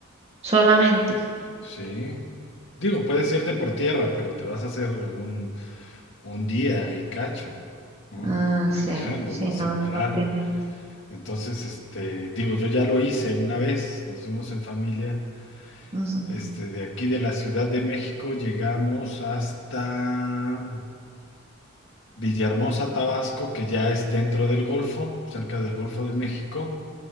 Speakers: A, on the right (about 30°); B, on the left (about 60°).
A: solamente.
B: Sí. Digo, puedes irte por tierra, pero te vas a hacer un, un día y cacho, ¿no?
A: Ah,
B: Manejando
A: sí, sí,
B: y sin
A: no,
B: parar.
A: no tiene.
B: Entonces, este, digo, yo ya lo hice una vez, nos fuimos en familia.
A: ujú,
B: Este, de aquí de la Ciudad de México llegamos hasta Villahermosa, Tabasco, que ya es dentro del Golfo, cerca del Golfo de México.